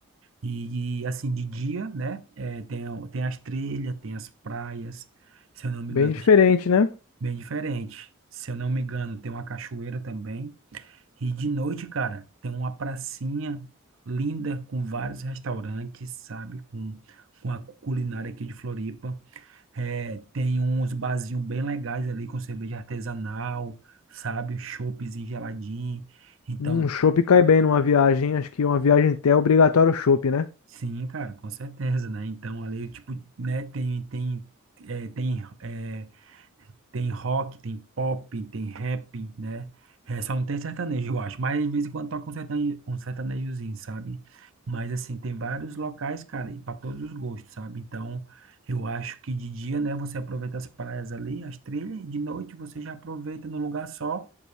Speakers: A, on the right; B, on the left.
A: E, e, assim, de dia, né? É, tem, o- tem as trilhas, tem as praias, se eu não me
B: Bem
A: engano,
B: diferente, né?
A: bem diferente. Se eu não me engano, tem uma cachoeira também. E de noite, cara, tem uma pracinha linda com vários restaurantes, sabe? Com, com a culinária aqui de Floripa. É, tem uns barzinhos bem legais ali com cerveja artesanal, sabe? Chopezinho geladinho. Então,
B: Um chopp cai bem numa viagem. Acho que uma viagem até é obrigatório o chopp, né?
A: sim, cara, com certeza, né? Então, ali, tipo, né, tem, tem, é, tem é, Tem rock, tem pop, tem rap, né? É, só não tem sertanejo, eu acho. Mas de vez em quando toca um sertanejo, um sertanejozinho, sabe? Mas assim, tem vários locais, cara, e para todos os gostos, sabe? Então, eu acho que de dia, né, você aproveita as praias ali, as trilhas, e de noite você já aproveita no lugar só